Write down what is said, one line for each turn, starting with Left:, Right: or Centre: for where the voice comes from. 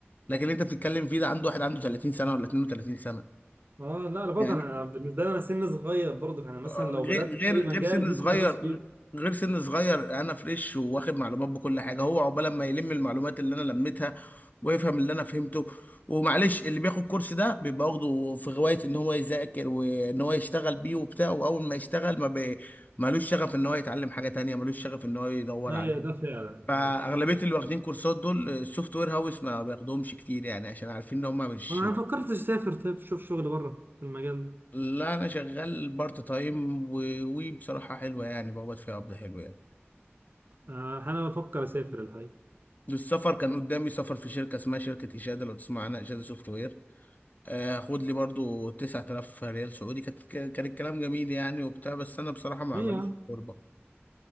Left: لكن اللي انت بتتكلم فيه ده عنده واحد عنده 30 سنه ولا 32 سنه
Right: آه، لا لا برضه
Left: يعني
Right: انا بالنسبه لي انا سن صغير برضه فانا مثلا
Left: آه،
Right: لو
Left: غير
Right: بدات في
Left: غير
Right: اي مجال
Left: غير سن
Right: ممكن
Left: صغير
Right: ادوس فيه
Left: غير سن صغير انا فريش واخد معلومات بكل حاجه هو عقبال ما يلم المعلومات اللي انا لميتها ويفهم اللي انا فهمته ومعلش اللي بياخد كورس ده بيبقى واخده في غوايه ان هو يذاكر وان هو يشتغل بيه وبتاع واول ما يشتغل ما بي... مالوش شغف ان هو يتعلم حاجه تانية مالوش شغف ان هو يدور
Right: ايوه
Left: عليها
Right: ده فعلا الحقيقه
Left: فاغلبيه اللي واخدين كورسات دول السوفت وير هاوس ما بياخدهمش كتير يعني عشان عارفين ان هم مش
Right: انا ما فكرتش اسافر طيب شوف شغل بره في المجال ده
Left: لا انا شغال بارت تايم و- وبصراحه حلوه يعني بقبض فيها قبض حلو يعني
Right: آه انا بفكر اسافر الحقيقه
Left: السفر كان قدامي سفر في شركه اسمها شركه اشاده لو تسمع عنها اشاده سوفت وير آه، هاخد لي برضو 9000 ريال سعودي كانت ك- كان الكلام جميل يعني وبتاع بس انا بصراحه ما
Right: ايوه
Left: عمليش غربه